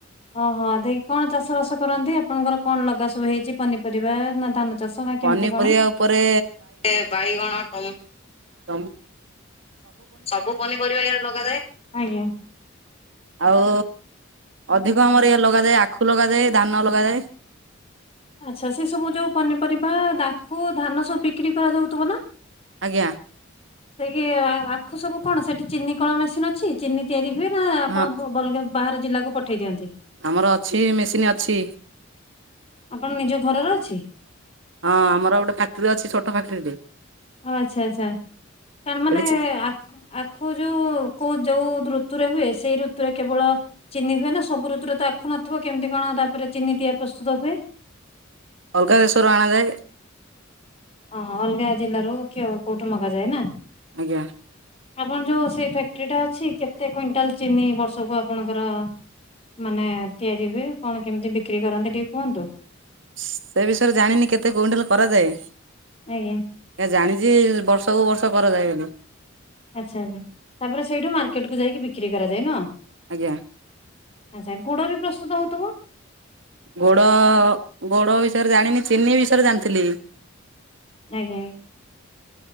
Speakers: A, on the left; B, on the right.
A: ଓହୋ ଦେଖି କଣ ଚାଷ ବାସ କରନ୍ତି ଆପଣଙ୍କର କଣ ଲଗା ସବୁ ହେଇଛି ପନିପରିବା ନା ଧାନ ଚାଷ ନା
B: ପନିପରିବା
A: କେମିତି କଣ
B: ଉପରେ
A: ସେ ବାଇଗଣ ଟମ୍
B: ତମ <unintelligible>
A: ସବୁ ପନିପରିବା ଇଆଡେ ଲଗାଯାଏ। ଆଜ୍ଞା।
B: ଆଉ ଅଧିକ ଆମର ଇଆ ଲଗାଯାଏ ଆଖୁ ଲଗାଯାଏ ଧାନ ଲଗାଯାଏ।
A: ଆଚ୍ଛା ସେ ସବୁ ଯୋଉ ପନିପରିବା ଦାଖୁ ଧାନ ସବୁ ବିକ୍ରି କରାଯାଉଥିବ ନା?
B: ଆଜ୍ଞା।
A: ସେ କିି ଆଖୁ ସବୁ କଣ ସେଠି ଚିନି କଳ ମେସିନ ଅଛି ଚିନି ତିଆରି ହୁଏ ନା ଆପଣ
B: ହଁ
A: ବଲଗା ବାହାର ଜିଲ୍ଲାକୁ ପଠେଇ ଦିଅନ୍ତି।
B: ଆମର ଅଛି ମେସିନ୍ ଅଛି।
A: ଆପଣ ନିଜ ଘରର ଅଛି
B: ହଁ ଆମର ଗୋଟେ ଫାକ୍ଟ୍ରି ଅଛି ଛୋଟ ଫକ୍ଟ୍ରି ଟେ।
A: ଆଚ୍ଛା ଆଛା କଣ ମାନେ
B: ଏଠି
A: ଆଖ ଆଖା ଖୁ ଯୁ କୋଉ ଯୋଉ ଋତୁରେ ହୁଏ ସେଇ ଋତୁରେ କେବଳ ଚିନି ହୁଏ ନା ସବୁ ଋତୁର ତ ଆଖୁ ନଥିବ କେମିତି କଣ ତାପରେ ଚିନି ତିଆ ପ୍ରସ୍ତୁତ ହୁଏ?
B: ଅଲଗାଦେଶରୁ ଅଣା ଯାଏ।
A: ଓହ ଅଲଗା ଜିଲ୍ଲାରୁ କି କୋଉଠୁ ମଗାଯାଏ ନା?
B: ଆଜ୍ଞା।
A: ଆପଣ ଯୋଉ ସେଇ ଫ୍ୟାକ୍ଟ୍ରି ଟା ଅଛି କେତେ କୁଇଣ୍ଟାଲ ଚିନି ବର୍ଷକୁ ଆପଣଙ୍କର ମାନେ ତିଆରି ହୁଏ କଣ କେମିତି ବିକ୍ରି କରନ୍ତି ଟିକେ କୁହନ୍ତୁ?
B: ସେ ବିଷୟରେ ଜାଣିନି କେତେ କୁଇଣ୍ଟାଲ କରାଯାଏ।
A: ଆଜ୍ଞା।
B: ଏ ଜାଣିଛି ବର୍ଷକୁ ବର୍ଷ କରାଯାଏ ବୋଲି।
A: ଆଚ୍ଛା ଆଚ୍ଛା ତାପରେ ସେଇଠୁ ମାର୍କେଟକୁ ଯାଇକି ବିକ୍ରି କରାଯାଏ ନୁହଁ।
B: ଆଜ୍ଞା।
A: ଆଚ୍ଛା ଗୁଡ ବି ପ୍ରସ୍ତୁତ ହଉଥିବ?
B: ଗୋଡ ଗୋଡ ବିଷୟରେ ଜାଣିନି ଚିନି ବିଷୟରେ ଜାଣିଥିଲି।
A: ଆଜ୍ଞାଜ୍ା <unintelligible>